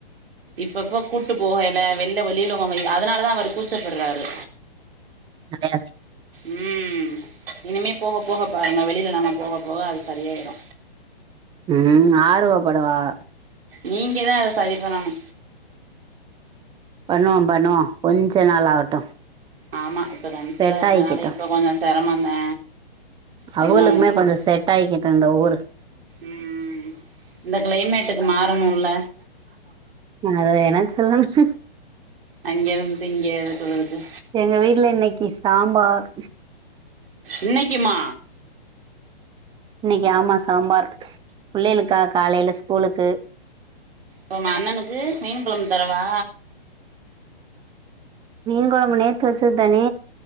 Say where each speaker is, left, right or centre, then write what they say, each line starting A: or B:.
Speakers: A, on the right; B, on the right.
A: இப்பப்ப கூட்டு போகயில வெள்ள வெளியில போங்கையி அதனாலதா அவரு கூச்சப்பட்றாரு
B: கடையாதே
A: ம் இனிமே போக போக பாருங்க வெளில நாம போக போக அது சரியாயிரு
B: ம் ஆர்வ படுவாக
A: நீங்கதா அத சரி பண்ணணு
B: பண்ணுவோ பண்ணுவோ கொஞ்ச நாள் ஆகட்டு
A: ஆமா இப்ப கன்சிவா
B: செட்
A: இருக்கனால
B: ஆயிக்கிட்டு
A: இப்ப கொஞ்ச சரமந்தே கொஞ்சோ
B: அவங்களுக்குமே
A: உங்களுக்கு
B: கொஞ்சோ செட் ஆயிக்கிட்டு இந்த ஊரு
A: ம் ம் ம் இந்த க்ளைமேட்டுக்கு மாறணூல
B: நா அத என்னான் சொல்லச்சு
A: அங்கேருந்து இங்கே எடுத்து வறது
B: எங்க வீட்ல இன்னைக்கி சாம்பார்
A: இன்னைக்கிமா
B: இன்னைக்கி ஆமா சாம்பார் பிள்ளைகளுக்கா காலையில ஸ்கூலுக்கு
A: பம் அண்ணனுக்கு மீன் கொழும் தரவா
B: ன் கொழம்பு நேத்து வச்சத்தானே